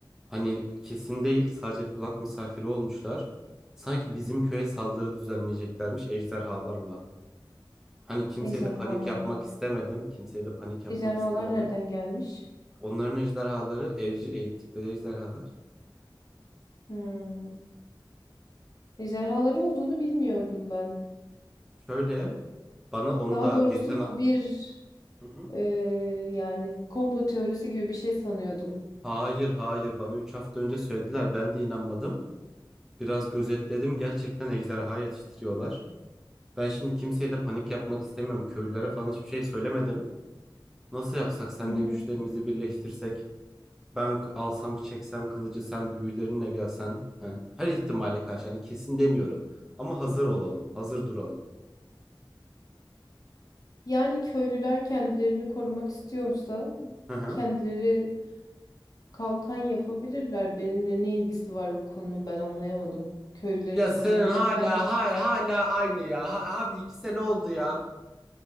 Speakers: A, in the centre; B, on the left.
A: hani kesin değil sadece kulak misafiri olmuşlar. Sanki bizim köye saldırı düzenleyeceklermiş ejderhalarla. Hani kimseye
B: Ejderhalarla.
A: de panik yapmak istemedim. Kimseye de panik
B: Ejderhalar
A: yapmak istemedim.
B: nereden gelmiş?
A: Onların ejderhaları evcil eğittikleri ejderhalar.
B: Hmm. Ejderhaları olduğunu bilmiyordum ben.
A: Şöyle bana onu
B: Daha
A: da
B: doğrusu
A: geçen...
B: bu
A: a-
B: bir
A: Hı hı.
B: e, yani komplo teorisi gibi bir şey sanıyordum.
A: Hayır hayır bana 3 hafta önce söylediler ben de inanmadım. Biraz gözetledim gerçekten ejderha yetiştiriyorlar. Ben şimdi kimseye de panik yapmak istemiyorum. Köylülere falan hiçbir şey söylemedim. Nasıl yapsak seninle
B: Hı hı.
A: güçlerimizi birleştirsek? Ben k- alsam çeksem kılıcı sen büyülerinle gelsen. He? Her ihtimale karşı hani kesin demiyorum. Ama hazır olalım hazır duralım.
B: Yani köylüler kendilerini korumak istiyorsa
A: Hı hı.
B: kendileri kalkan yapabilirler. Benimle ne ilgisi var bu konunun ben anlayamadım. Köylüleri
A: Ya
B: koruyacak
A: senin hala
B: ben.
A: hala hala aynı ya. Ha- abi iki sene oldu ya.